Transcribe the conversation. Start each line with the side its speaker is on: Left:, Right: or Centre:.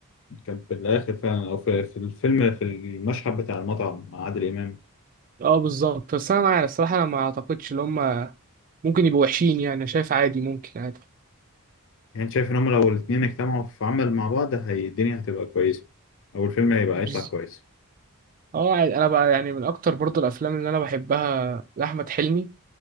Left: كان في الاخر فعلا او في في الفيلم في المشهد بتاع المطعم مع عادل امام
Right: اه بالظبط بس انا مع الصراحه انا ما اعتقدش ان هم ممكن يبقوا وحشين يعني انا شايف عادي ممكن عادي
Left: يعني شايف ان هم لو الاتنين اجتمعوا في عمل مع بعض هي الدنيا هتبقى كويسة او الفيلم هيبقى
Right: بز-
Left: هيطلع كويس
Right: اه عادي. انا بقى يعني من اكتر برضو الافلام اللي انا بحبها لاحمد حلمي